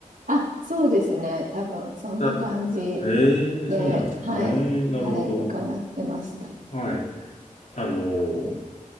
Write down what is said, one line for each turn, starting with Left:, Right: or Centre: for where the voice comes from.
Right: あ、そうですね。多分、そんな感じ
Left: さへえ、
Right: で、
Left: そうなんですか。
Right: はい。
Left: へえ、なるほど。
Right: はい。伺ってました。
Left: はい。あの、